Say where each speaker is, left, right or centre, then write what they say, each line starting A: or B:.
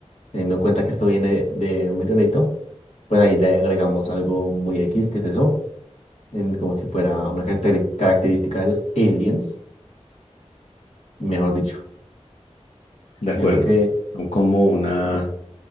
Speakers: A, on the left; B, on the left.
A: teniendo en cuenta que esto viene de un meteorito, pues ahí le agregamos algo muy X, que es eso, en- como si fuera una caracteri- característica de los aliens, mejor dicho.
B: de acuerdo.
A: Yo creo que...
B: Son como una...